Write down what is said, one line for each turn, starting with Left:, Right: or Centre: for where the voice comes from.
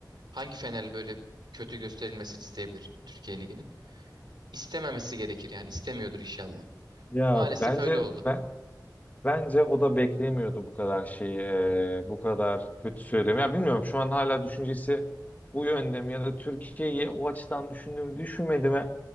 Right: Hangi Fenerli böyle kötü gösterilmesini isteyebilir Türkiye Ligi'nin? İstememesi gerekir yani istemiyordur inşallah.
Left: ya
Right: Maalesef
Left: bence
Right: öyle oldu.
Left: ben, Bence o da beklemiyordu bu kadar şeyi, eee, bu kadar kötü söylemi. Ya bilmiyorum şu an hala düşüncesi bu yönde mi ya da Türkiye'yi o açıdan düşündü mü düşünmedi mi?